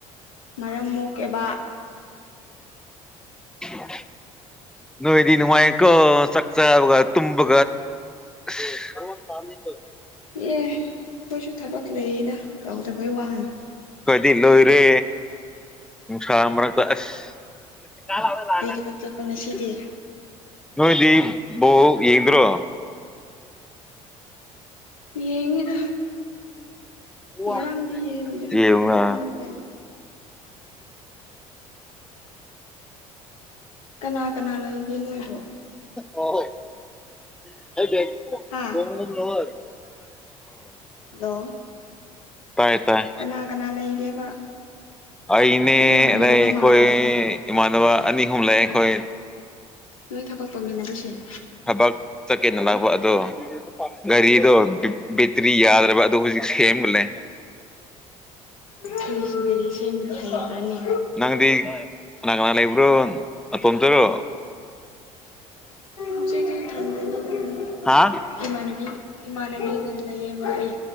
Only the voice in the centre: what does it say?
ꯑ ꯅꯣꯏꯗꯅꯤ ꯃꯥꯏ ꯀꯣ ꯁꯛꯆꯥꯒ ꯇꯨꯝꯒ ꯁꯔꯣ ꯆꯥꯃꯤ
ꯑꯩꯣꯏꯗꯤ ꯂꯣꯏꯔꯦ ꯅꯨꯡꯁꯥ ꯃꯔꯛꯇ ꯑꯁ <unintelligible>
ꯅꯣꯏꯗꯤ ꯕꯣꯜ ꯌꯦꯡꯗ꯭ꯔꯣ
ꯋꯥ
ꯌꯦꯟꯎꯅ
ꯑꯣꯏ <unintelligible>
ꯇꯥꯏ ꯇꯥꯏ
ꯑꯩꯅꯦ
ꯑꯗꯩ
ꯑꯩꯈꯣꯏ
ꯏꯃꯥꯟꯅꯕ ꯑꯅꯤ ꯑꯍꯨꯝ ꯂꯩ ꯑꯩꯈꯣꯏ
ꯊꯕꯛ ꯆꯠꯀꯦꯅ ꯂꯥꯛꯄ ꯑꯗꯣ ꯒꯥꯔꯤꯗꯣ ꯕꯦꯇ꯭ꯔꯤ ꯌꯥꯗ꯭ꯔꯕ ꯑꯗꯨ ꯍꯧꯖꯤꯛ ꯁꯦꯝꯃ ꯂꯩ
ꯅꯪꯗꯤ ꯀꯅꯥ ꯀꯅꯥ ꯂꯩꯕ꯭ꯔꯣ ꯅꯇꯣꯝ ꯇꯔꯣ
ꯍꯥ